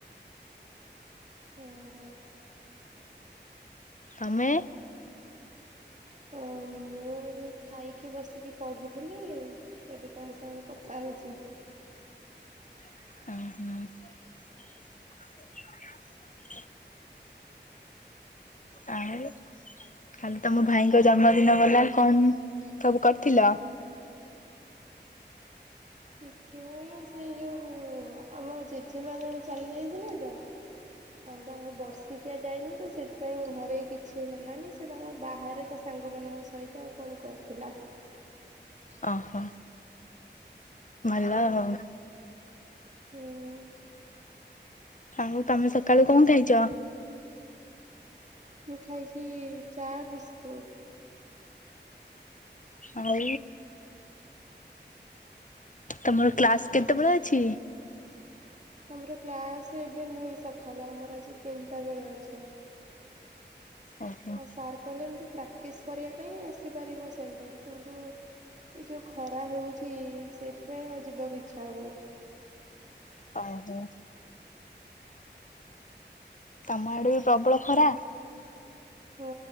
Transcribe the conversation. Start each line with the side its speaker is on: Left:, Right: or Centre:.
Right: ଓ ହୋ।
Left: ତମେ?
Right: ଓ ମୁଁ ମୁଁ ଏଇ ଖାଇକି ବସିକି ପଢୁଥିଲି ଏବେ ତମ ସାଙ୍ଗେ କଥା ହଉଚି।
Left: ଉଁ ହୁଁ। ଆଉ କାଲି ତମ ଭାଇଙ୍କ ଜନ୍ମଦିନ ଗଲାଣି କଣ ସବୁ କରିଥିଲ?
Right: କିଛି ନାହିଁ ସେ ଯୋଉ ଆମ ଜେଜେମା ଜଣେ ଚାଲି ଯାଇଥିଲେ ତ ଆଉ ତାଙ୍କ ବର୍ଷିକି ଖିଆ ଯାଇନି ତ ସେଥିପାଇଁ ଘରେ କିଛି ହେଲାନି ସେ ତାଙ୍କ ବାହାରେ ତା ସାଙ୍ଗମାନଙ୍କ ସହିତ କଣ କରିଥିଲା।
Left: ଓହୋ ଭଲ ଆଉ।
Right: ହୁଁ।
Left: ସାଙ୍ଗୁ ତାମେ ସକାଳୁ କଣ ଖାଇଚ?
Right: ମୁଁ ଖାଇଛି ଚା ବିିସ୍କୁୁଟ୍।
Left: ଆଉ ତମର କ୍ଲାସ କେତେବେଳେ ଅଛି?
Right: ଆମର କ୍ଲାସ ଏବେ ନାହିଁ ସକାଳୁ ଆମର ଆଜି ତିନିଟା ବେଳେ ଅଛି।
Left: ଓହୋ
Right: ହଁ ସାର୍ କହିଲେ ଏମତି ପ୍ରାକ୍ଟିସ୍ କରିବା ପାଇଁ ଆସିପାରିବ ସେଣ୍ଟର କିନ୍ତୁ ଏଇ ଯୋଉ ଖରା ହଉଛି ସେଇଥିପାଇଁ ଆଉ ଯିବାକୁ ଇଚ୍ଛା ହଉନି।
Left: ଓହୋ। ତମ ଆଡେ ବି ପ୍ରବଳ ଖରା।
Right: ହଁ